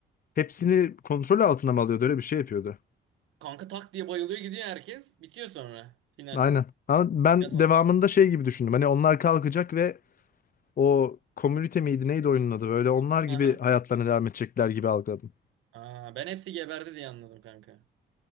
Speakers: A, on the left; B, on the right.
A: hepsini kontrol altına mı alıyordu öyle bir şey yapıyordu.
B: <laughs> Kanka tak diye bayılıyor gidiyor herkes. Bitiyor sonra. Final.
A: Aynen. Ama ben
B: Ya son...
A: devamında şey gibi düşündüm. Hani onlar kalkacak ve O komünite miydi neydi oyunun adı böyle onlar gibi
B: Aha.
A: hayatlarına devam edecekler gibi algıladım.
B: Aa, ben hepsi geberdi diye anladım kanka.